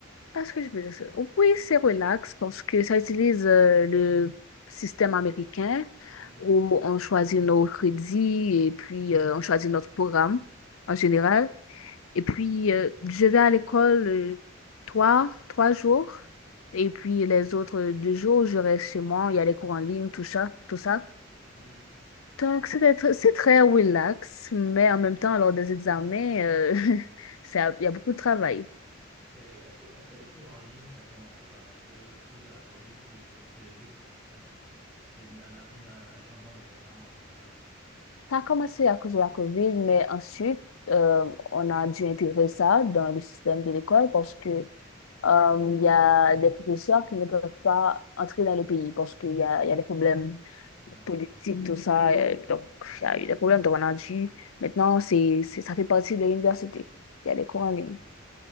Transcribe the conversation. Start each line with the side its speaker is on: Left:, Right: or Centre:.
Left: est ce que je peux dire, c'est- oui, c'est relax parce que ça utilise euh, le système américain
Centre: Hmm.
Left: où on choisit nos crédits et puis euh, on choisit notre programme en général. Et puis, euh, je vais à l'école euh, trois, trois jours et puis les autres euh, deux jours, je reste chez moi. Il y a les cours en ligne, tout ça, tout ça.
Centre: Hmm.
Left: Donc, c'est très, c'est très relax, mais en même temps, lors des examens, euh, <laughs> ça- il y a beaucoup de travail.
Centre: OK. Est-ce que, est-ce que les cours en ligne, ça a commencé parce que, à cause de la COVID ou bien c'est c'est juste à- c'est une- un, une- un changement de programme en général?
Left: Ça a commencé à cause de la COVID, mais ensuite, euh, on a dû intégrer ça dans le système de l'école parce que euh, il y a des professeurs qui ne peuvent pas entrer dans le pays parce qu'il y a, il y a des problèmes
Centre: D'accord,
Left: politiques, tout ça. euh, donc, il y a eu des problèmes, donc on a dû. Maintenant, c'est, c'est- ça fait partie de l'université. Il y a des cours
Centre: d'accord.
Left: en ligne.